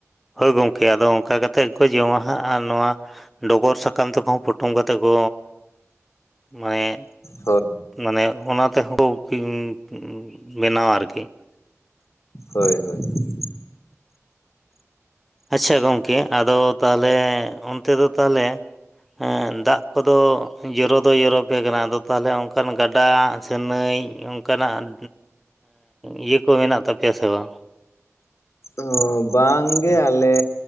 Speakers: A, in the centre; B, on the left.
A: ᱦᱳᱭ ᱜᱚᱝᱠᱮ ᱟᱫᱚ ᱚᱝᱠᱟ ᱠᱟᱛᱮᱜ ᱜᱮ ᱠᱚ ᱡᱚᱢᱟ ᱦᱟᱸᱜ ᱟᱨ ᱱᱚᱣᱟ ᱰᱚᱜᱚᱨ ᱥᱟᱠᱟᱢ ᱛᱮᱠᱚ ᱯᱚᱴᱚᱢ ᱠᱟᱛᱮ ᱠᱚ ᱢᱟᱱᱮᱼᱼ
B: ᱦᱳᱭ
A: ᱢᱟᱱᱮ ᱚᱱᱟ ᱛᱮᱦᱚᱸ ᱠᱚ ᱯᱦᱤᱝ ᱩᱷ ᱵᱮᱱᱟᱣ ᱟ ᱟᱨᱠᱤ ᱾
B: ᱦᱳᱭ ᱦᱳᱭ ᱾
A: ᱟᱪᱪᱷᱟ ᱜᱚᱝᱠᱮ ᱟᱫᱚ ᱛᱟᱦᱞᱮ ᱚᱱᱛᱮ ᱫᱚ ᱛᱟᱦᱞᱮ? ᱮᱸ ᱫᱟᱜ ᱠᱚᱫᱚ ᱡᱚᱨᱚ ᱫᱚᱭ ᱡᱚᱨᱚᱯᱮ ᱠᱟᱱᱟ ᱟᱫᱚ ᱛᱟᱦᱞᱮ ᱚᱱᱠᱟᱱ ᱜᱟᱰᱟ ᱥᱮ ᱱᱟᱹᱭ? ᱚᱱᱠᱟ ᱱᱟᱜ ᱤᱭᱟᱹ ᱠᱚ ᱦᱮᱱᱟᱜ ᱛᱟᱯᱮᱭᱟ ᱥᱮ ᱵᱟᱝ?
B: ᱚᱷᱦᱚ ᱵᱟᱝᱜᱮ ᱟᱞᱮᱼᱼ